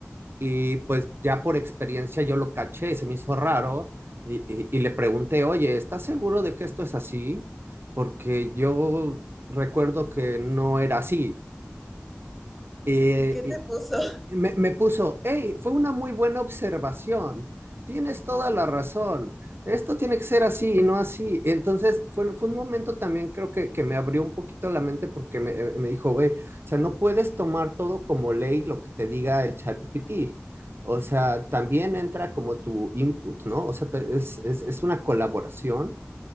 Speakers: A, on the right (about 55°); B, in the centre.
A: y pues ya por experiencia yo lo caché y se me hizo raro y, y, y le pregunté, oye, ¿estás seguro de que esto es así? Porque yo recuerdo que no era así. Eh,
B: ¿Y qué te
A: y,
B: puso?
A: me, me puso, hey, fue una muy buena observación. Tienes toda la razón. Esto tiene que ser así y no así. Entonces, fue, fue un momento también creo que, que me abrió un poquito la mente porque me, eh, me dijo, güey, o sea, no puedes tomar todo como ley lo que te diga el chat GPT. O sea, también entra como tu input, ¿no? O sea, te- es, es, es una colaboración